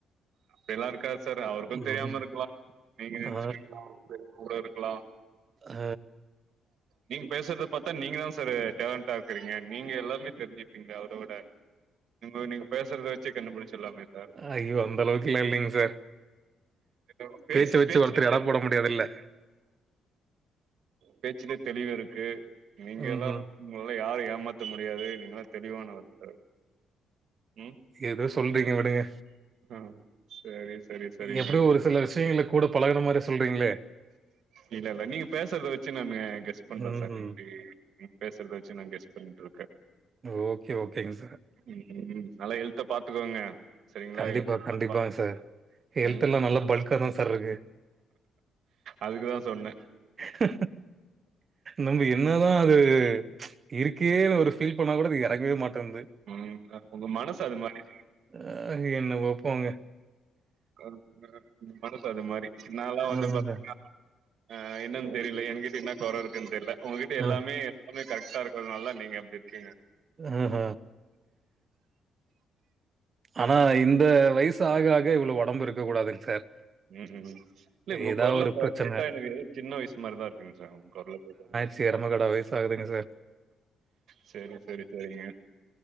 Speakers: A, on the right; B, on the right.
A: அப்டில்லா இருக்காது சார் அவருக்கு
B: ம்.
A: தெரியாம இருக்கலா நீங்க நெனைச்சுட்டுருக்கீங்க
B: ஆ,
A: அவருக்கு தெரியாம கூட இருக்கலா
B: ஆ
A: நீங் பேசுறது பாத்தா நீங்க தான் சாரு டேலண்டா இருக்குறீங்க நீங்க எல்லாமே தெரிஞ்சுப்பீங்க அவரவிட நீங்க நீங்க பேசுறத வச் சு கண்டுபுடிச்சர்லாமே சார்
B: ஐயோ! அந்த அளவுக்குலாம் இல்லைங்க சார்.
A: ஏங்க உங்க பேஸ்
B: பேச்ச வச்சு
A: பேச்சுலே
B: ஒருத்தர் எடை
A: தெளிவு
B: போட
A: <inaudible>
B: முடியாதுல்ல.
A: பேச்சுலே தெளிவுருக்கு நீங்களு
B: ம்ஹ்ம்.
A: உங்களல்லா யாரு ஏமாத்த முடியாது நீங்கல்லா தெளிவான ஆளு ம்
B: ஏதோ சொல்றீங்க விடுங்க
A: அ சரி சரி சரிங்க
B: எப்படியோ ஒரு சில விஷயங்கள கூட பழகுன மாரி சொல்றீங்களே
A: இல்ல இல்ல நீங்க பேசற்த வெச்சு நானு கெஸ் பண்ற
B: ம்ஹ்ம்.
A: சார் நீங்க இப்டி நீங் பேசற்த வெச்சு நா கெஸ் பண்ணிட்ருக்கே
B: ஓகே ஓகேங்க சார்
A: ம் ம் ம் நல்லா எல்த்த பாத்துக்கோங்க சரிங்களா
B: கண்டிப்பா
A: எழுத்த நல்லா
B: கண்டிப்பாங்க
A: பா
B: சார் ஹெல்த்
A: ம்,
B: எல்லா நல்லா பல்க்கா தா சார்ருக்கு
A: அதுக்கு தா சொன்னே
B: ஹ நம்ம என்னதா அது இருக்கேன்னு ஒரு ஃபீல் பண்ணா கூட அது எறங்கவே மாட்டன்து
A: உங்க உங்க மனசு அது மாரி
B: ஆ என்னவோ போங்க
A: <inaudible> ங்க உங்க மனசு அது மாரி நால்லா வந்து
B: அதாங்க.
A: பாத்தீங்கன்னா ஆ என்னன் தெரியில எங்கிட்ட என்ன கொற இருக்குன் தெர்ல உங்ககிட்ட எல்லாமே
B: அ,
A: அப்டியே கரெக்ட்டா இருக்கதற்னால நீங்க அப்டி இருக்கீங்க
B: ம்ம் ஆனா இந்த வய்சு ஆக ஆக இவ்ளோ ஒடம்பு இருக்க கூடாதுங் சார்
A: ம்ம் இல்ல உங்க
B: ஏதாவது
A: கொரல
B: ஒரு
A: பா
B: பிரச்சனை.
A: கேட்டா எனக்கு ஏதோ சின்ன வய்சு மாரிதா இருக்குங் சார் உங்க கொரல கேட்டா
B: சீ எருமகடா வய்சு ஆகுதுங்க சார்
A: செரி செரி செரிங்க